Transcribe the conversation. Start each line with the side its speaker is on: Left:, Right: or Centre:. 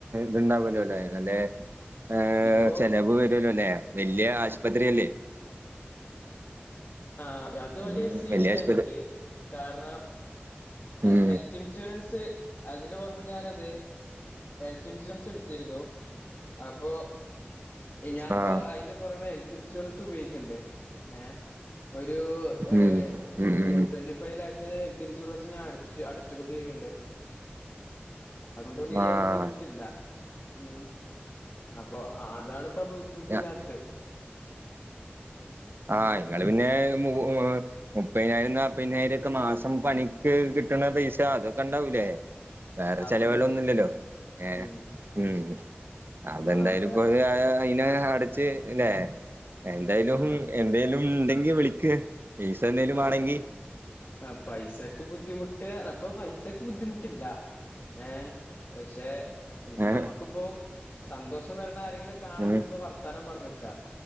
Right: ത്ണ്ടാവോലോല്ലേ നല്ല ഏഹ്
Left: ഇപ്പൊ
Right: ചെലവ് വരോല്ലോല്ലെ വല്യ ആശ്പത്രിയല്ലേ
Left: ആഹ് അത് വല്യ
Right: ഉം
Left: സീനില്ല
Right: ആശുപത്രി
Left: എനിക്ക് കാരണം
Right: ഉം
Left: ഹെൽത്ത് ഇൻഷൂറൻസ് അതിന്റെ പുറമെ ഞാനെന്ത് ഹെൽത്ത് ഇൻഷുറൻസിട്ത്തിരുന്നു അപ്പോ ഞാൻപ്പോ
Right: ആഹ്
Left: അയ്ന്റെ പൊറമെ ഹെൽത്ത് ഇൻഷൂറൻസ് ഉപയോഗിക്ക്‌ണ്ട് ഏ ഒരൂ ഏഹ്
Right: ഉം ഉം ഉം
Left: ട്വന്റി ഫൈവ് ലാക്സിന്റെ ഹെൽത്ത് ഇൻഷുറൻ ച്ച് ഞൻ അട അടച്ചുകൊണ്ടിരിക്കുന്നുണ്ട് അതുകൊണ്ട് വലിയ
Right: ആഹ്
Left: ബുദ്ധിമുട്ടില്ല ഉം അപ്പൊ ആതാണ്പ്പൊ ബുദ്ധിമുട്ടില്ലാത്ത
Right: ആഹ്
Left: ഉം
Right: ആ ഇങ്ങള് പിന്നെ <unintelligible> മുപ്പതിനായിരം നാല്പ്പതിനായിരം ഒക്കെ മാസം പണിട്ത്ത് കിട്ട്ണ പൈസ അതൊക്കെണ്ടാവൂലേ വേറെ
Left: അതുകൊണ്ട്
Right: ചെലവുകളൊന്നുല്ലല്ലോ ഏ
Left: ഉം
Right: മ്മ് <unintelligible>
Left: ആ
Right: എന്തായാലുംപ്പോ
Left: ആ
Right: അയിനെ അടച്ച് ല്ലേ എന്തായാലും
Left: ആ
Right: എന്തേലും ഉണ്ടെങ്കി വിളിക്ക് പൈസന്തേലും മാണെങ്കി
Left: ആ ആ പൈസക്ക് ബുദ്ധിമുട്ട് പ്പൊ പൈസക്ക് ബുദ്ധിമുട്ടില്ല ഏ പക്ഷെ
Right: ഏഹ്
Left: ഞമ്മക്ക്‌പ്പോ സന്തോഷംതരണ ആരെങ്കിലും കാണാൻ
Right: ഉം
Left: വരുമ്പോ വർത്താനം പറഞ്ഞ്ക്ക